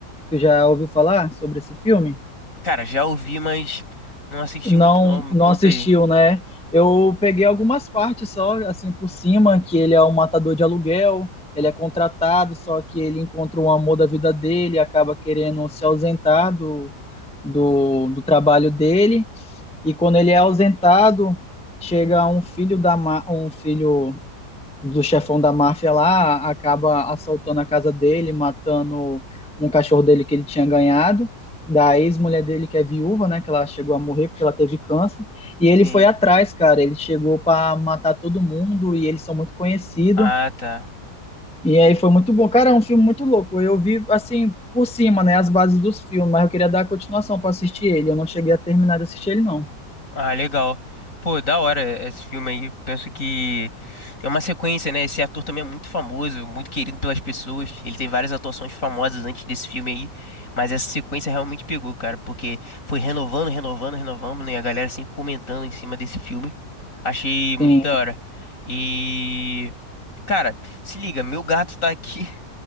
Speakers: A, in the centre; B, on the left (about 50°).
A: Tu já ouviu falar sobre esse filme?
B: Cara, já ouvi, mas não assisti
A: Não,
B: muito, não. Me
A: não
B: conta
A: assistiu,
B: aí.
A: né? Eu peguei algumas partes só, assim, por cima, que ele é um matador de aluguel, ele é contratado, só que ele encontra o amor da vida dele, acaba querendo se ausentar do, do, do trabalho dele e quando ele é ausentado, chega um filho da ma- um filho do chefão da máfia lá, acaba assaltando a casa dele, matando um cachorro dele que ele tinha ganhado, da ex-mulher dele que é viúva, né, que ela chegou a morrer porque ela teve câncer, e ele
B: Sim.
A: foi atrás, cara, ele chegou para matar todo mundo e eles são muito conhecidos.
B: Ah, tá.
A: E aí foi muito bom. Cara, é um filme muito louco. Eu vi assim por cima, né, as bases dos filmes, mas eu queria dar a continuação para assistir ele. Eu não cheguei a terminar de assistir ele não.
B: Ah, legal. Pô, da hora esse filme aí. Penso que tem uma sequência, né? Esse ator também é muito famoso, muito querido pelas pessoas. Ele tem várias atuações famosas antes desse filme aí. Mas essa sequência realmente pegou, cara, porque foi renovando, renovando, renovando, né? E a galera assim comentando em cima desse filme. Achei muito
A: Tem
B: da hora. E. Cara, se liga, meu gato tá aqui <laughs>